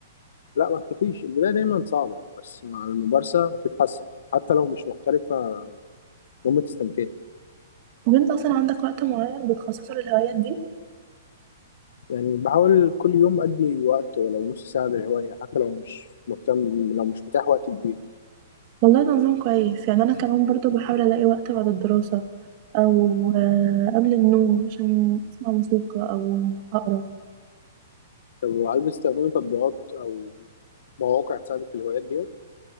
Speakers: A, on the left (about 65°); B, on the right (about 30°).
A: لا ما تخافيش البداية دايما صعبة بس مع الممارسة هتتحسن حتى لو مش محترفة المهم تستمتعي
B: طب انت اصلا عندك وقت معين بتخصصه للهوايات دي
A: يعني بحاول كل يوم أدي وقت ولو نص ساعة للهواية حتى لو مش مهتم لو مش متاح وقت كبير
B: والله ده نظام كويس يعني انا كمان برضه بحاول الاقي وقت بعد الدراسة او آه، قبل النوم عشان اسمع موسيقى او اقرا
A: طب هل بتستخدمي تطبيقات أو مواقع تساعدك في الهوايات ديت؟